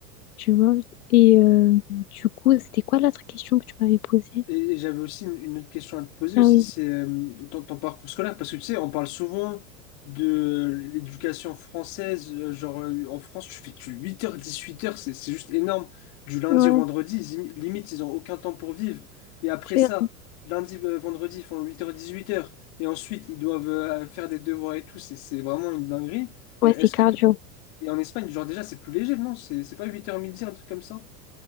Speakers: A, on the left; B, on the left.
A: Tu vois? Et euh, du coup, c'était quoi l'autre question que tu m'avais posée?
B: Et, et j'avais aussi une, une autre question à te poser
A: Ah
B: aussi,
A: oui,
B: c'est euh, ton, ton parcours scolaire, parce que tu sais, on parle souvent de l'éducation française, euh, genre euh, en France, tu fais tu 8h, 18h, c'est c'est juste énorme. Du lundi
A: ouais,
B: au vendredi, ils- im- limite, ils n'ont aucun temps pour vivre. Et après
A: c'est
B: ça, lundi, euh, vendredi, ils font 8h, 18h. Et ensuite, ils doivent euh, faire des devoirs et tout, c'est c'est vraiment une dinguerie.
A: ouais,
B: Euh,
A: c'est
B: Est-ce
A: cardio.
B: que tu- Et en Espagne, genre déjà, c'est plus léger, non? C'est c'est pas 8h midi, un truc comme ça?